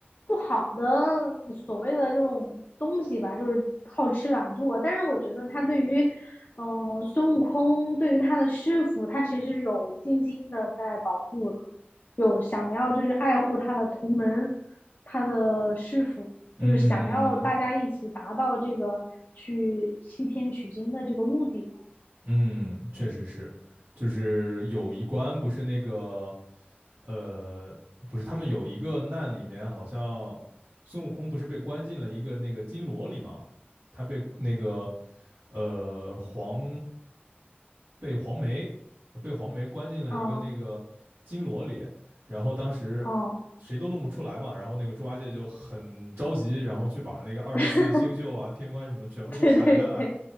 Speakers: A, on the left; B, on the right.
A: 不好的所谓的这种东西吧，就是好吃懒做，但是我觉得他对于嗯、呃孙悟空，对于他的师傅，他其实有精心的在保护的，有想要就是爱护他的同门，他的师傅，
B: 嗯
A: 就是想要大家一起达到这个去西天取经的这个目的的。
B: 嗯，确实是，就是有一关不是那个呃，不是，他们有一个难里面，好像孙悟空不是被关进了一个那个金罗里吗？他被那个呃黄被黄梅呃被黄梅关进了一个那个金罗里，
A: 哦
B: 然后当时谁都弄不出来嘛，
A: 哦，
B: 然后那个猪八戒就很着急，然后去把那个二十四星宿啊、
A: <laughs>
B: 天官什么全部都喊下来，
A: 对对